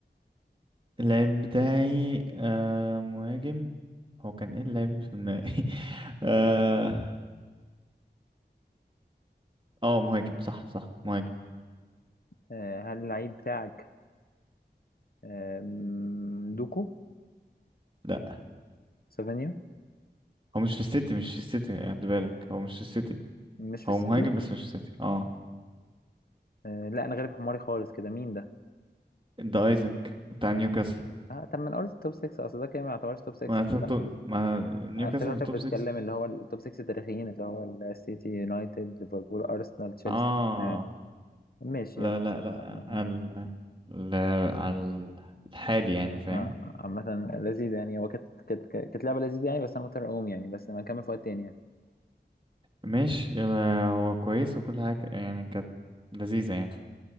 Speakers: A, on the right; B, on the left.
A: اللعيب بتاعي آه مهاجم هو كان ايه اللعيب اللي في دماغي <laughs> اه اه مهاجم صح صح مهاجم
B: آه، هل اللعيب بتاعك آه، م- دوكو
A: لا
B: سافانيا
A: هو مش في السيتي مش في السيتي خد بالك هو مش في السيتي
B: مش في
A: هو
B: السيتي
A: مهاجم بس مش في السيتي اه
B: آه، لا انا غالب حماري خالص كده مين ده
A: ده ايزاك بتاع نيوكاسل
B: آه طب ما انا قلت توب 6 اصل ده كده ما يعتبرش توب 6
A: ما أنت تو- تو- ما نيوكاسل
B: أنا افتكرتك
A: في التوب
B: بتتكلم
A: 6
B: اللي هو التوب 6 التاريخيين اللي هو السيتي يونايتد ليفربول ارسنال تشيلسي
A: اه
B: آه، ماشي
A: لا
B: يلا
A: لا لا
B: عامة
A: ال... ال... على الحالي يعني فاهم
B: آه، عامة لذيذ يعني هو كانت كانت كانت لعبة لذيذة يعني بس انا مضطر اقوم يعني بس ما نكمل في وقت تاني يعني.
A: ماشي يلا، هو كويس وكل حاجة يعني كانت لذيذة يعني